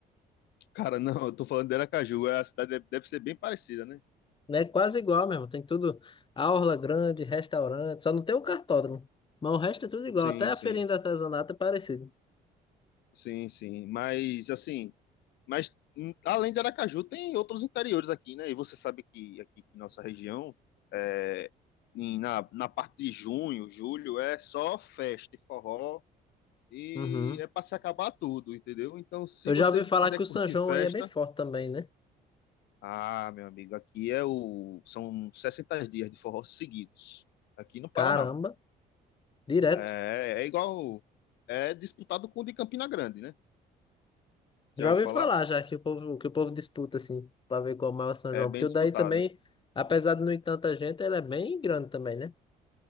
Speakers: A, on the left; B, on the left.
A: Cara, não, eu tô falando de Aracaju, é a cidade deve deve ser bem parecida, né?
B: né? Quase igual mesmo. Tem tudo, aula grande, restaurante, só não tem o cartódromo. Mas o resto é tudo igual.
A: Sim,
B: Até a
A: sim,
B: feirinha de artesanato é parecido.
A: sim, sim. Mas, assim, Mas hum, além de Aracaju, tem outros interiores aqui, né? E você sabe que aqui em nossa região, é, em- na, na parte de junho, julho, é só festa e forró e
B: Uhum.
A: é para se acabar tudo, entendeu? Então, se
B: Eu
A: você
B: já ouvi falar
A: quiser
B: que
A: curtir
B: o São João
A: festa,
B: aí é bem forte também, né?
A: ah, meu amigo, aqui é o são 60 dias de forró seguidos. Aqui não para,
B: Caramba,
A: não.
B: direto.
A: É, é igual. É disputado com o de Campina Grande, né? Já
B: Já
A: ouviu
B: ouvi
A: falar?
B: falar já que o povo, que o povo disputa assim, pra ver qual é o maior São
A: É
B: João,
A: bem
B: porque o
A: disputado.
B: daí também, apesar de não ir tanta gente, ele é bem grande também, né?